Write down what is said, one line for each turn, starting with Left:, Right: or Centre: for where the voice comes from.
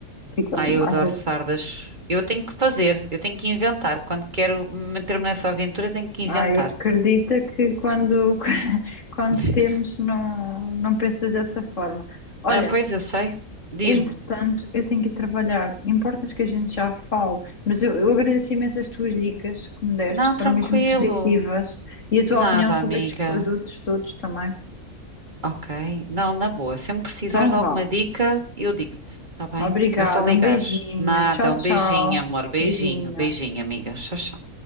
Left: fica
Right: Ai, eu adoro
Left: às vezes.
Right: sardas. Eu tenho que fazer, eu tenho que inventar. Quando quero meter-me nessa aventura, tenho que inventar.
Left: Ai, acredita que quando, <laughs> quando
Right: <laughs>
Left: temos não, não pensas dessa forma. Olha,
Right: Ah, pois eu sei. Diz-me.
Left: entretanto, eu tenho que ir trabalhar. Importas que a gente já fale, mas eu, eu agradeço imenso as tuas dicas que me deste,
Right: Não,
Left: foram
Right: tranquilo.
Left: mesmo positivas, e a tua
Right: Nada,
Left: opinião sobre
Right: amiga.
Left: estes produtos todos também.
Right: Ok. Não, na boa. Se me precisares
Left: Então
Right: de
Left: vá.
Right: alguma dica, eu digo-te, tá bem?
Left: Obrigada,
Right: É só ligares.
Left: um beijinho.
Right: Nada,
Left: Tchau, tchau.
Right: um beijinho, amor. Beijinho,
Left: Beijinho.
Right: beijinho, amiga. Tchau, tchau.